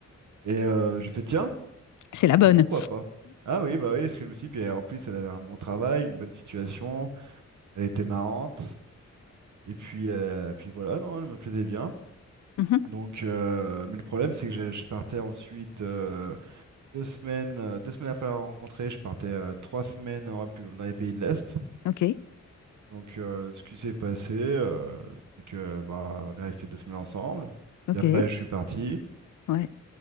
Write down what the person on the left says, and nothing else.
C'est la bonne.
Mhm.
Ok,
ok,
ouais.